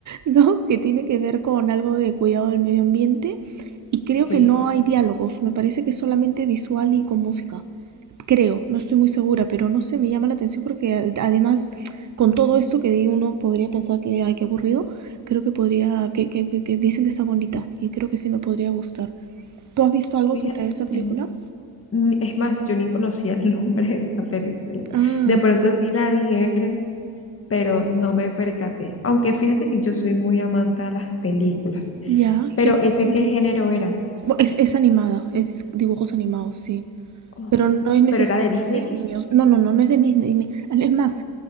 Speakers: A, on the right; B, on the left.
A: dos que tiene que ver con algo de cuidado del medio ambiente y creo
B: Ok,
A: que no hay diálogos, me parece que es solamente visual y con música creo, no estoy muy segura, pero no sé, me llama la atención porque además con todo esto que di uno podría pensar que, ay, qué aburrido, creo que podría, que, que, que- que dicen que está bonita y creo que sí me podría gustar. ¿Tú has visto algo
B: fíjate
A: sobre esa película?
B: que no. ni- Es más, yo ni conocía el <laughs> nombre de esa película.
A: Ah,
B: De pronto sí la dieron, pero no me percaté. Aunque fíjate que yo soy muy amante a las películas.
A: ya,
B: Pero
A: ya has
B: ese
A: visto últimamente.
B: qué género era?
A: Bu- Es, es animada, es dibujos animados, sí.
B: Oh,
A: Pero
B: oh.
A: no es necesariamente
B: Pero era de Disney,
A: de niños. No, no, no, no es de niños. Es más,